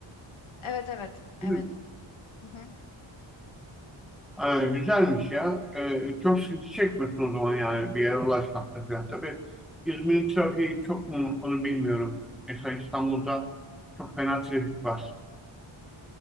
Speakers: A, on the left (about 75°); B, in the centre.
A: Evet, evet, evet.
B: Yani.
A: Hı hı.
B: Ee, güzelmiş ya. Ee, çok sıkıntı çekmiyorsun o zaman yani bir yere ulaşmakta falan. Tabii İzmir'in trafiği çok mu onu bilmiyorum. Mesela İstanbul'da çok fena trafik var.